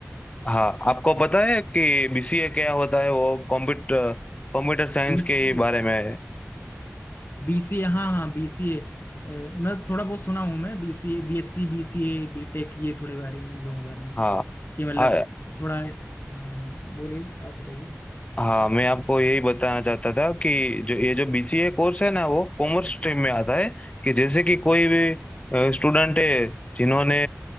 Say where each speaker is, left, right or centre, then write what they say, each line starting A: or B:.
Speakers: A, on the left; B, on the left.
A: हाँ आपको पता है कि बीसीए क्या होता है वो कंप्यूटर कंप्यूटर साइंस
B: बीसीए
A: के बारे में है
B: बीसीए हाँ हाँ बीसीए मैं थोड़ा बहुत सुना हूँ मैं बीसीए बीएससी बीसीए बीटेक ये थोड़े बारे में इन लोगों के बारे में
A: हाँ
B: कि मतलब
A: हाँ
B: थोड़ा हाँ हाँ बोलिए आप बताइए
A: हाँ मैं आपको यही बताना चाहता था कि जो ये जो बीसीए कोर्स है ना वो कॉमर्स स्ट्रीम में आता है कि जैसे कि कोई भी स्टूडेंट है जिन्होंने